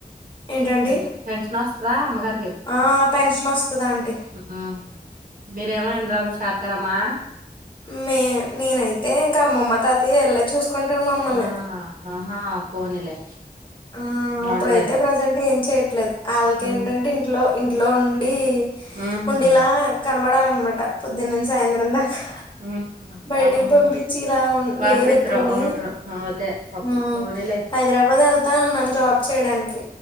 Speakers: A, on the left; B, on the right.
A: ఏంటండి
B: పెన్ష్ ఫెన్షన్ వస్తాద అమ్మ గారికి
A: ఆ పెన్షన్ వస్తుదంటీ
B: హ్మ్. మీరేమో ఇంద్రాన చేతారమ్మా
A: మే నేనైతే ఇంకా అమ్మమ్మ తాతయ్య ఇల్లే చూసుకుంటారు మమ్మల్ని
B: ఆ! ఆహా పోనీలే
A: ఆ
B: గొడవలేదు.
A: ఇప్పుడైతే ప్రజెంట్ ఏం చెయట్లేదు ఆళ్ళకి
B: హ్మ్.
A: ఏంటంటే ఇంట్లో ఇంట్లో ఉండి ఈ
B: హ్మ్.
A: ఉండిలా
B: హ్మ్.
A: కనబడాల అనమాట పొద్దున్నంచి సాయంత్రం దాకా
B: హుహు.
A: బయటికి
B: అవునవును.
A: పంపించి ఇలా ఊ
B: పంపించరు.
A: లేదు ఎప్పుడుని
B: ఉండరు. అదే పాపం.
A: హ
B: పోనీలే.
A: హైదరాబాద్ ఏల్తా న్నా జాబ్ చేయడానికి